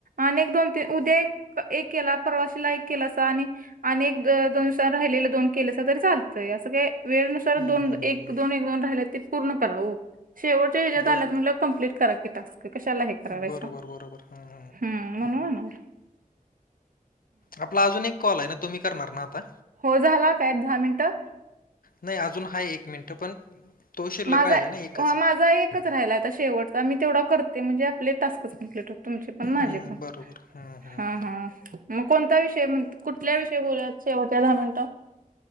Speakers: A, on the right (about 70°); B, on the left (about 75°).
A: आणि एक दोन तीन उद्या एक एक केला प्रवाशीला एक केलासा आणि आणि एक दो दोन राहि दोन केले तरी चालतंय असं काय वेळनुसार
B: हम्म
A: दोन
B: हम्म हम्म
A: एक दोन एक दोन राहि पूर्ण करा हो शेवटच्या ह्यात
B: बर
A: झाल्या म्हटलं कम्प्लीट करा की टास्क कशाला आहे. करावाचा
B: बरोबर बरोबर हम्म
A: हम्म म्हणून ना
B: आपला अजून एक कॉल आहे ना तुम्ही करणार ना आता
A: हो झाला काय एक दहा मिनिटं
B: नाही अजून हा एक मिनिट पण तो शिल्लक
A: माझा
B: राहिला ना एकच
A: माझा एकच राहिला आहेता शेवटचा मी तेवढा करते म्हणजे आपले टास्कच कंप्लीट होत तुमचे पण माझे
B: हं,
A: पण
B: बरोबर. हं, हं.
A: हा हा मग कोणता विषय म्ह कुठल्या विषयी बोलाय शेवट्या दहा मिनिटं